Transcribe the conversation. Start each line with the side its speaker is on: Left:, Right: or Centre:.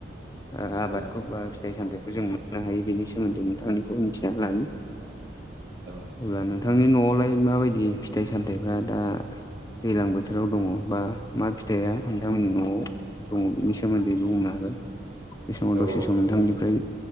Left: ओ आबादखौ
Right: औ
Left: बा फिथाइ सामथाइखौ जों मोननो हायो बेनि सोमोन्दै नोंथां मोननिखौ मिथिनानै लानि।
Right: औ
Left: अब्ला नोंथांनि न'आवलाय माबायदि फिथाइ सामथाइफ्रा दा दैलां बोथोराव दङ बा मा फिथाइआ नोंथांमोननि न'आव दङ बिनि सोमोन्दै बुंनो हागोन बे समाव
Right: औ
Left: दसे सम नोंथांनिफ्राय
Right: नोंथां